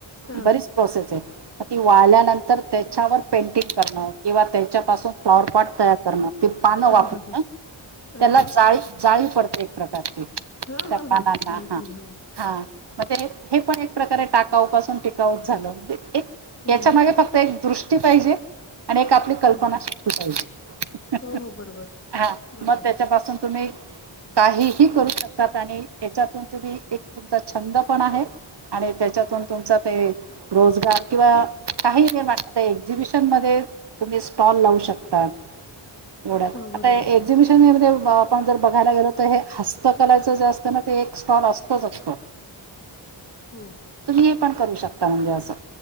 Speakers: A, on the left (about 30°); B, on the right (about 55°).
A: ह
B: बरीच प्रोसेस आहे ती वाल्यानंतर तर त्याच्यावर पेंटिंग करणं किंवा त्याच्यापासून फ्लाॉवरपॉट तयार करण ते पानं वापरणं
A: ह ह ह
B: त्याला
A: अरे वा
B: जाळी जाळी पडते एक प्रकारची
A: हा
B: त्या
A: हा
B: पानांना
A: हा माहिती
B: हा
A: आहे. हो
B: हा म्हणजे हे पण एक प्रकारे टाकाऊ पाासून टिकाऊट झालं म्हणजे एक
A: हो
B: याच्या मागे फक्त एक दृष्टी पाहिजे आणि एक आपली कल्पना
A: ह
B: श पाहिजे
A: हो हो बरोबर
B: हा
A: बरोबर
B: मग त्याच्या पाासून तुम्ही काहीही करू शकतात आणि हच्यातून तुम्ही एक तुमचा छंद पण आहे आणि त्याच्यातून तुमचा ते रोजगार किंवा काही आता एक्झिबिशन मध्ये तुम्ही स्टॉल लावू शकता एड आता
A: हो बरोबर
B: एक्झिबिशन मध्ये आपण जर बघायला गेलो तर हे हस्तकलाचं जे असतं ना ते एक स्टॉल असतोच असतो
A: हो
B: तुम्ही हे पण करू शकता म्हणजे असं